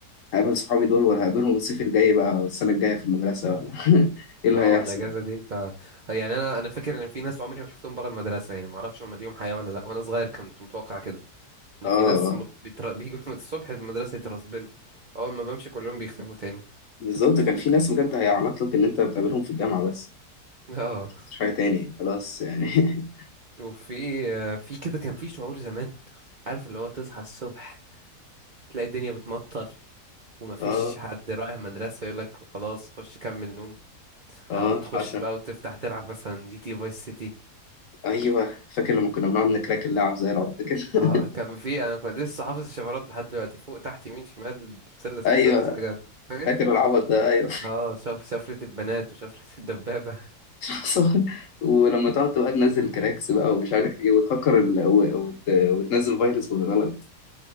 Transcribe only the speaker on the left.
هقابل صحابي دول ولا هقابلهم الصيف الجاي بقى السنة الجاية في المدرسة ولا <laughs> ايه اللي
هيحصل
اه
اه
بالظبط كان في ناس بجد هيعرف لك ان انت بتقابلهم في الجامعة بس
مش حاجة تاني خلاص يعني <laughs>
اه
اه
حصل
ايوه فاكر لما كنا بنقعد نكراك اللعب زي العبط كده <laughs>
ايوه
فاكر العبط ده ايوه
<laughs> حصل ولما تقعد تبقى تنزل كراكس بقى ومش عارف ايه وتفكر ال... و... وت... وتنزل فيروس بالغلط